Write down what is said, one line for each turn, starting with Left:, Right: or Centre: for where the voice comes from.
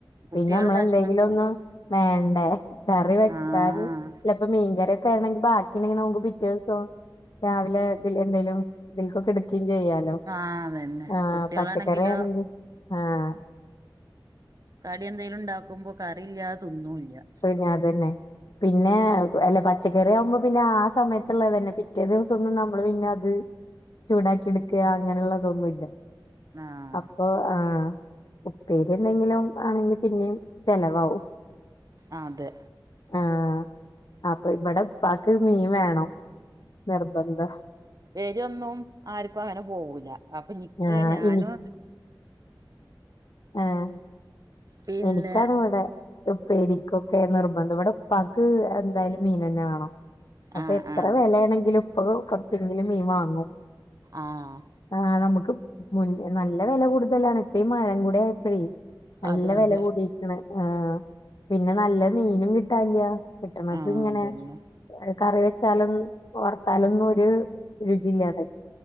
Right: കുട്ടികള്
Left: പിന്നെ അമ്മള
Right: കഷ്ണങ്ങള്
Left: എന്തെങ്കിലും ഒന്ന് വേണ്ടേ കറി വെക്കാന്
Right: ആഹ്
Left: ഇപ്പ മീൻ കറിയൊക്കെ ആണെങ്കി ബാക്കിണ്ടെങ്കി നമുക്ക് പിറ്റേസോ രാവിലെ ഇതില് എന്തേലും ഇതിൽക്കൊക്കെ ഇട്ക്കിം ചെയ്യാ
Right: ആഹ് അതന്നെ
Left: ആഹ്
Right: കുട്ടികളാണെങ്കിലോ
Left: പച്ചക്കറി ആണെങ്കി ആഹ്
Right: കടി എന്തേലും ഇണ്ടാക്കുമ്പൊ കറിയില്ലാതെ തിന്നുല്ല
Left: <unintelligible> തന്നെ പിന്നെ അല്ലെ പച്ചക്കറി ആവ്മ്പം പിന്നെ ആ സമയത്ത്ള്ളതന്നെ പിറ്റേ ദിവസൊന്നും നമ്മള് പിന്നെ അത് ചൂടാക്കി ഇട്ക്ക അങ്ങനെയുള്ളതൊന്നുല്ല
Right: ആഹ്
Left: അപ്പൊ ആഹ് ഉപ്പേരി എന്തെങ്കിലും ആണെങ്കി പിന്നിം ചെലവാകും
Right: ആഹ് അതെ
Left: ആഹ് അപ്പൊ ഇവിടെ പ്പാക്ക് മീൻ വേണം നിർബന്ധ
Right: എരു ഒന്നും ആർക്കും അങ്ങനെ പോവൂല്ല അപ്പൊ നിക്ക്
Left: ഞാ
Right: ഞാനു
Left: എനി ഉം
Right: പിന്നെ
Left: എനിക്കാണ് ഇവടെ ഉപ്പേരിക്കൊക്കെ നിർബന്ധം ഇവിടെപ്പാക്ക് എന്തായാലും മീനന്നെ വേണം അപ്പൊ
Right: ആഹ്
Left: എത്ര
Right: ആഹ്
Left: വെലയാണെങ്കിലും ഇപ്പൊ കൊർച്ചെങ്കിലും മീൻ വാങ്ങും
Right: ആഹ്
Left: ആഹ് നമുക്ക് മു നല്ല വെല കൊട്ത്തുള്ളാണ് ഇപ്പ ഈ മഴം കൂടെ ആയപ്പഴേ നല്ല
Right: അതെ
Left: വെല
Right: അതെ
Left: കൂടീക്ക്ണ്. ആ പിന്നെ നല്ല മീനും കിട്ടാല്ല കിട്ടണത്
Right: ആഹ്
Left: ഇങ്ങനെ
Right: അതന്നെ
Left: കറി വെച്ചാലും വറുത്താലൊന്നും ഒരു രുചിയില്ലാതെ